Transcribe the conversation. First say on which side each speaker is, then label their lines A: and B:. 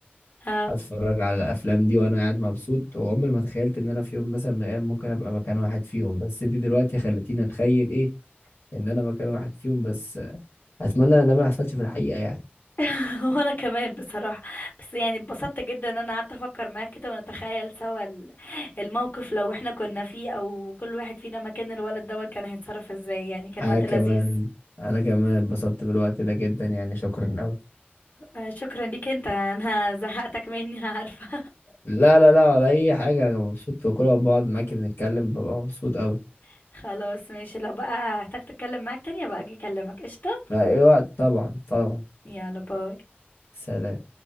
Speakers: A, on the left; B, on the left.
A: اه
B: اتفرج على الافلام دي وانا قاعد مبسوط وعمري ما تخيلت ان انا في يوم مثلا من الايام ممكن ابقى مكان واحد فيهم بس انت دلوقتي خلتيني اتخيل ايه ان انا مكان واحد فيهم بس اتمنى ان ده ما يحصلش في الحقيقة يعني
A: <laughs> وانا كمان بصراحة بس يعني اتبسطت جدا ان انا قعدت افكر معاك كده ونتخيل سوا ال- الموقف لو احنا كنا فيه او كل واحد فينا مكان الولد دوت كان هيتصرف ازاي يعني كان
B: انا
A: وقت
B: كمان
A: لذيذ
B: انا كمان اتبسطت بالوقت ده جدا يعني شكرا أوي
A: آه، شكرا ليك انت <laughs> انا زهقتك مني أنا عارفة
B: لا لا لا ولا اي حاجه انا مبسوط في كل ما بقعد معاكي بنتكلم ببقى مبسوط قوي
A: <laughs> خلاص ماشي لو بقى احتاج اتكلم معاك تاني بقى اجي اكلمك قشطة
B: فاي وقت طبعا طبعا
A: يلا باي
B: سلام